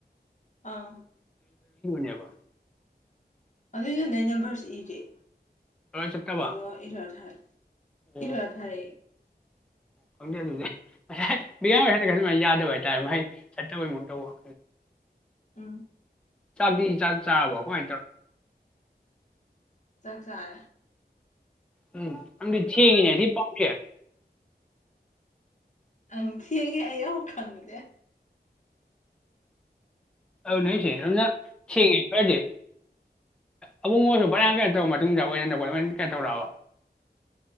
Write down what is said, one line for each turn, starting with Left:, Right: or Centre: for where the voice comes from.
Left: ꯑꯪ
Centre: ꯅꯦꯕ
Left: ꯑꯗꯨꯏ ꯍ ꯅꯩ ꯅꯝꯕꯔꯁꯤ ꯏꯔꯦ
Centre: ꯂꯣꯏꯔ ꯆꯠꯇꯕ
Left: ꯑꯗꯣ ꯏꯔ ꯊꯔꯦ
Centre: ꯑꯣ
Left: ꯏꯔꯙꯔ
Centre: ꯈꯪꯗꯦ ꯑꯗꯨꯗꯤ ꯉꯁꯥꯏ ꯃꯤꯌꯥꯝ ꯑꯣꯏꯁꯅ ꯈꯁꯨꯃꯥꯏꯅ ꯌꯥꯗꯕ ꯍꯥꯏꯇꯥꯔꯦ ꯃꯥꯏ ꯆꯠꯇꯕꯩ ꯃꯨ ꯇꯧꯈ
Left: ꯑꯥ
Centre: ꯆꯥꯕꯤ ꯆꯥ ꯆꯥꯕ ꯀꯃꯥꯏꯅ ꯇꯧꯔꯣ
Left: ꯆꯁꯔꯦ
Centre: ꯎꯝ ꯑꯗꯤ ꯆꯉꯅꯦ ꯁꯤ ꯄꯥꯎꯁꯦ
Left: ꯑꯪ ꯊꯤ ꯑꯩꯦ ꯑꯩ ꯑꯃꯨꯛ ꯈꯪꯗꯦ
Centre: ꯑ ꯅꯣꯏ ꯁꯦꯡ ꯑꯗꯨꯅ ꯁꯦꯡꯉꯦ ꯐꯔꯗꯤꯦ ꯑꯕꯨꯡ ꯑꯣꯏꯁꯨ ꯐꯔꯌꯥꯝ ꯀꯩꯅ ꯇꯧꯔ ꯃꯇꯨꯡꯗ ꯑꯣꯏꯅ ꯅ ꯂ ꯀꯩꯅ ꯇꯧꯔꯛꯑꯕ